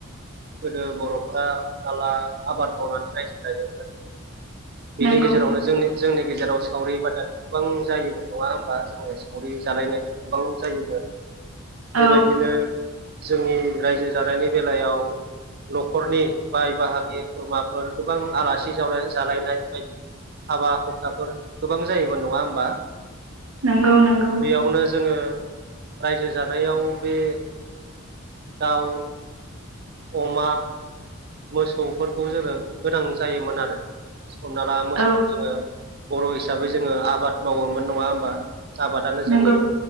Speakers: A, on the right; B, on the right.
A: गोदो बर'फोरा माइ आबाद मावनानै रायजो जायोमोन। बेनि
B: नंगौ
A: गेजेरावनो जोंनि जोंनि गेजेराव सावरि- बादालि गोबां जायोबो नङा होमबा? जोङो सावरि जालायनाय गोबां जायोमोन ।
B: औ
A: बेबायदिनो जोंनि रायजो जानायनि बेलायाव न'खरनि बाय-बाहागि खुरमाफोर गोबां आलासि ज' जालायनाय बायदि हाबा-हुखाफोर गोबां जायोमोन। नङा होमबा?
B: नंगौ नंगौ।
A: बेयावनो जोङो रायजो जानायाव बे दांव अमा, मोसौफोरखौ जोङो गोनां जायोमोन आरो। हमना ला मोसौखौ
B: औ
A: जोङो बर' हिसाबै जोङो आबाद मावोमोन ।नङा होमबा? आबादानो जोंनि
B: नंगौ